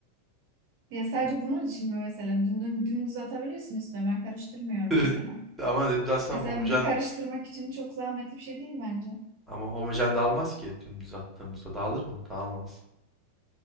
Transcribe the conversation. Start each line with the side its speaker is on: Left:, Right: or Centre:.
Right: Ya sadece bunun için mi mesela? Dün, dün, dümdüz atabilirsin üstüne. Ben karıştırmıyorum
Centre: <laughs>
Right: mesela.
Centre: Ama dümdüz atsam
Right: Ya sen
Centre: homojen
Right: bir karıştırmak için çok zahmetli bir şey değil bence.
Centre: ama homojen dağılmaz ki dümdüz attığımızda dağılır mı? Dağılmaz.